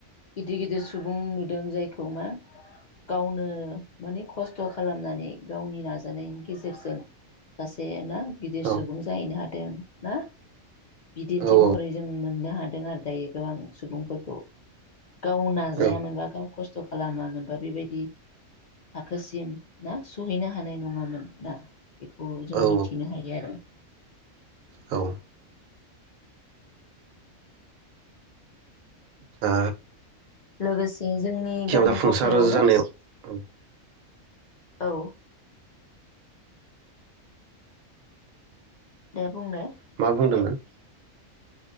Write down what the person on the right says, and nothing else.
औ
औ औ
औ
औ
औ आ
जाफुंसार
जानायाव औ
मा बुंदोंमोन?